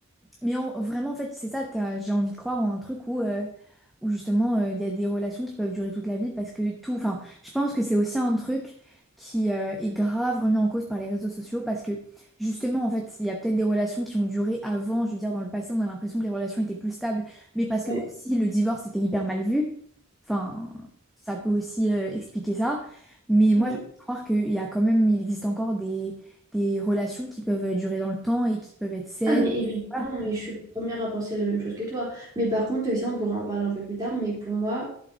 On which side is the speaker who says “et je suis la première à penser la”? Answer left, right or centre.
Right